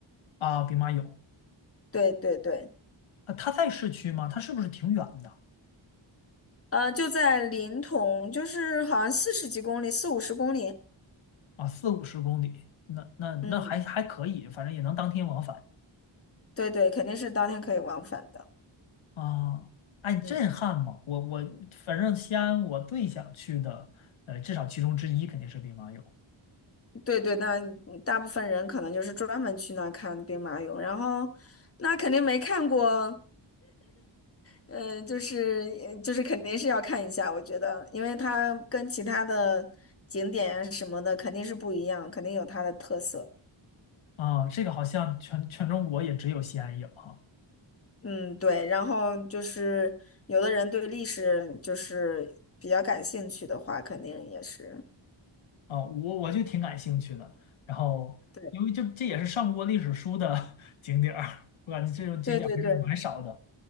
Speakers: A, on the left; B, on the left.
A: 啊？兵马俑
B: 对对对，
A: 啊，它在市区吗？它是不是挺远的
B: 呃，就在临潼，就是好像四十几公里，四五十公里。
A: 啊？四五十公里，那那那还还可以，
B: 嗯，
A: 反正也能当天往返
B: 对对，肯定是当天可以往返的。
A: 啊。哎，震撼嘛！
B: 嗯，
A: 我我反正西安我最想去的，呃，至少其中之一肯定是兵马俑
B: 对对，那大部分人可能就是专门去那儿看兵马俑，然后那肯定没看过。嗯，呃就是呃就是肯定是要看一下，我觉得，因为它跟其他的景点啊什么的肯定是不一样，肯定有它的特色。
A: 啊。这个好像全全中国也只有西安有哈
B: 嗯，对。然后就是有的人对历史就是比较感兴趣的话，肯定也是。
A: 啊，我我就挺感兴趣的。然后，
B: 对，
A: 因为这这也是上过历史书的 <laughs> 景点儿，我感觉这种景点儿还是蛮少的
B: 对对对，